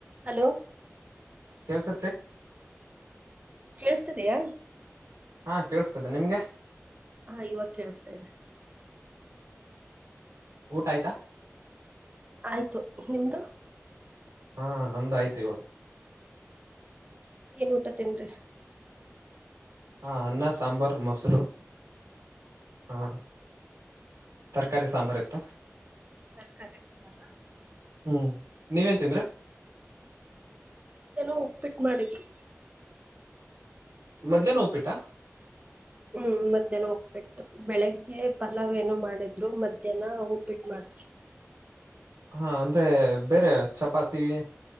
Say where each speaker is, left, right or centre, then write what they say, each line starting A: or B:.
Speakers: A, on the right; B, on the right.
A: Hello
B: ಕೆಲ್ಸತ್ರರಿ
A: ಕೇೇಳಸ್ತದಿಯ
B: ಹಾ ಕೇೇಳಸ್ತದೆ ನಿಮ್ಗೆ
A: ಹಾ ಇವಾಗ ಕೇಳಸ್ತಾ ಇದೆ
B: ಊಟ್ ಆಯ್ತಾ
A: ಆಯ್ತು ನಿಮ್ದು
B: ಹಾ ನಮ್ದ ಆಯ್ತು ಇವಾಗ
A: ಏನ್ ಊಟ ತಿಂದ್ರಿ
B: ಹಾ ಅನ್ನ ಸಾಂಬಾರ್ ಮೊಸರು ಹಾ ತರಕಾರಿ ಸಾಂಬಾರ್ ಇತ್ತು
A: ತರಕಾರಿ ಸಾಂಬಾರ್
B: ಹ್ಮ್ ನೀವೇನ್ ತಿಂದ್ರಿ
A: ಉಪ್ಪಿಟ್ಟು ಮಾಡಿದ್ರು
B: ಮಧ್ಯಾಹ್ನ ಉಪ್ಪಿಟ್ಟ
A: ಹ್ಮ್ ಮಧ್ಯಾಹ್ನ ಉಪ್ಪಿಟ್ಟು ಬೆಳಿಗ್ಗೆ ಪಲಾವ್ ಏನೋ ಮಾಡಿದ್ರು ಮಧ್ಯಾಹ್ನ ಉಪ್ಪಿಟ್ಟು ಮಾಡಿದ್ರು
B: ಹಾ ಅಂದ್ರೆ ಬೇರೆ ಚಪಾತಿ